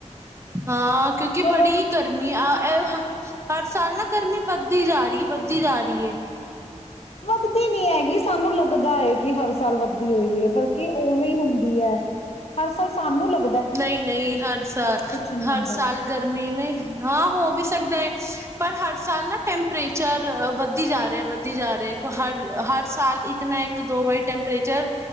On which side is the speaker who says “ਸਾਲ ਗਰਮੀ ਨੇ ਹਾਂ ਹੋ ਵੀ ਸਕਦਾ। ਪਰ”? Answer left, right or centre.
Right